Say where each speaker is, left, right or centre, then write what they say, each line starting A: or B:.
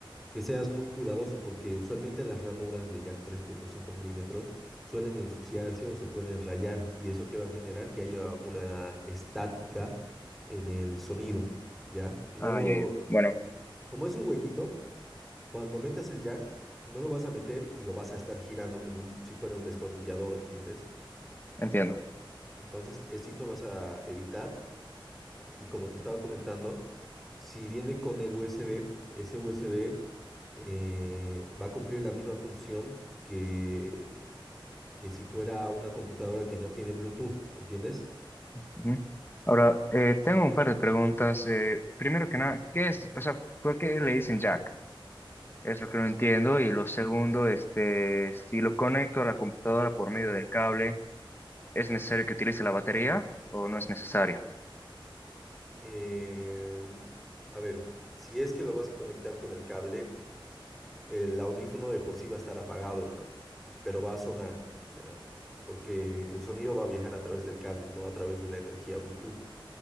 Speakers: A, in the centre; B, on the left.
A: que seas muy cuidadoso porque usualmente las ranuras de jack tres punto cinco milímetros suelen ensuciarse o se pueden rayar y eso que va a generar que haya una estática en el sonido, ¿ya? No
B: Ah,
A: lo...
B: ya, ya. Bueno,
A: mm, Como es un huequito. Cuando metas el jack, no lo vas a meter y lo vas a estar girando como un- si fuera un destornillador, ¿entiendes?
B: entiendo.
A: Entonces, esito vas a evitar. Y como te estaba comentando, si viene con el USB, ese USB eh, va a cumplir la misma función que, que si fuera una computadora que no tiene Bluetooth, ¿entiendes?
B: Ujú. Ahora, eh, tengo un par de preguntas. Eh, primero que nada, ¿qué es, o sea, por qué le dicen jack? Es lo que no entiendo. Y lo segundo, este, si lo conecto a la computadora por medio del cable, ¿es necesario que utilice la batería o no es necesario?
A: Em, a ver, si es que lo vas a conectar con el cable. El audífono de por sí va a estar apagado, hermano, pero va a sonar, o sea, porque el sonido va a viajar a través del cable, no a través de la energía Bluetooth.